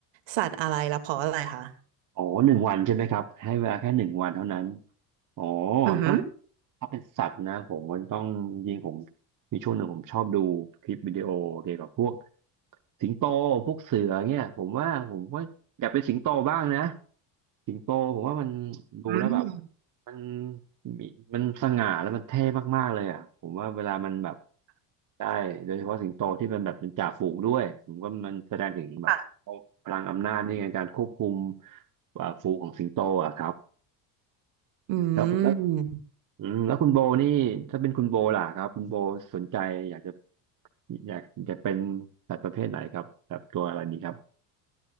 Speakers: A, on the right; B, on the right.
A: สัตว์อะไรและเพราะอะไรคะ
B: อ๋อหนึ่งวันใช่ไหมครับให้เวลาแค่หนึ่งวันเท่านั้นอ๋อ
A: อือหือ
B: ถ้า ถ้าเป็นสัตว์นะผมมันต้องยิงผมมีช่วงหนึ่งผมชอบดูคลิปวิดีโอเกี่ยวกับพวกสิงโตพวกเสือเนี่ยผมว่าผมก็อยากเป็นสิงโตบ้างนะสิงโตผมว่ามันดูแล้วแบบ
A: อืม
B: มันมีมันสง่าแล้วมันเท่มากๆเลยอ่ะผมว่าเวลามันแบบได้โดยเฉพาะสิงโตที่มันแบบเป็นจ่าฝูงด้วยผมว่ามันแสดงถึงแบบ
A: ค่ะ
B: พลังอำนาจนี่ไงการควบคุมอ่าฝูงของสิงโตอ่ะครับ
A: อื
B: แล้วแล้ว
A: ม
B: อืมแล้วคุณโบนี่ถ้าเป็นคุณโบล่ะครับคุณโบสนใจอยากจะอยากอยากเป็นสัตว์ประเภทไหนครับแบบตัวอะไรดีครับ